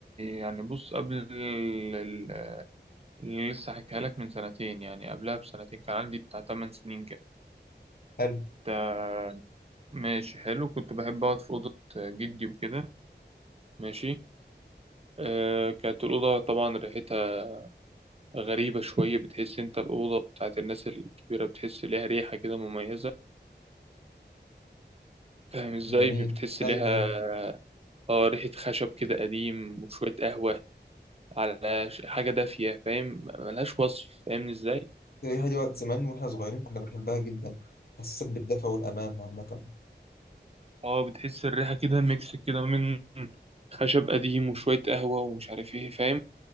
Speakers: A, on the right; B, on the left.
A: يعني بص قبل ال- ال- اللي لسه حكيها لك من سنتين يعني قبلها بسنتين كان عندي بتاع 8 سنين كده
B: حلو
A: تا- ماشي حلو كنت بحب اقعد في اوضه جدي وكده ماشي آه كانت الأوضة طبعا ريحتها غريبة شوية بتحس أنت الأوضة بتاعت الناس الكبيرة بتحس ليها ريحة كده مميزة فاهم ازاي
B: جميل
A: بتحس
B: ايوه
A: ليها اه ريحة خشب كده قديم وشوية قهوة على ش- حاجة دافية فاهم ملهاش وصف فاهمني ازاي
B: ايوه هي دي وقت زمان واحنا صغيرين كنا بنحبها جدا حسسك بالدفى والامان عامه
A: اه بتحس الريحة كده ميكس كده من خشب قديم وشوية قهوة ومش عارف ايه فاهم